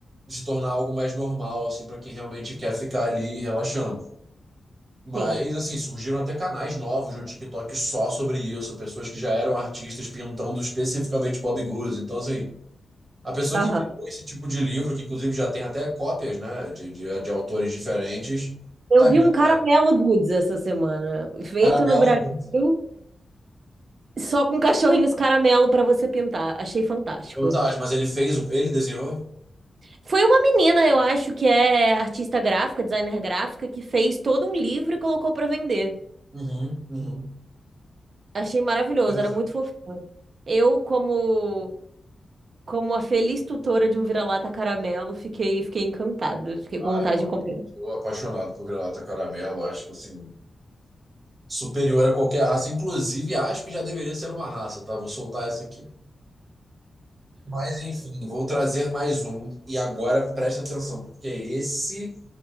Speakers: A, on the right; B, on the right.
A: se tornar algo mais normal, assim, para quem realmente quer ficar ali relaxando. Mas,
B: sim.
A: assim, surgiram até canais novos no TikTok só sobre isso, pessoas que já eram artistas pintando especificamente Bob Goods. Então, assim, a pessoa
B: Aham.
A: que criou esse tipo de livro, que inclusive já tem até cópias, né, de, de, de autores diferentes,
B: Eu
A: tá
B: vi
A: virando,
B: um caramelo
A: né?
B: goods essa semana, feito
A: Caramelo
B: no Brasil,
A: Goods.
B: só com cachorrinhos caramelo pra você pintar. Achei fantástico.
A: Fantástico, mas ele fez, o- ele desenhou?
B: Foi uma menina, eu acho, que é artista gráfica, designer gráfica, que fez todo um livro e colocou pra vender.
A: Uhum, uhum.
B: Achei maravilhoso,
A: Interessante.
B: era muito fofinho. Eu, como como a feliz tutora de um vira-lata caramelo, fiquei fiquei encantada, fiquei
A: Ah,
B: com vontade
A: eu amo.
B: de comprar.
A: Sou apaixonado por granata caramelo, acho que, assim, superior a qualquer raça. Inclusive, acho que já deveria ser uma raça, tá? Vou soltar essa aqui. Mas enfim, vou trazer mais um. E agora presta atenção, porque esse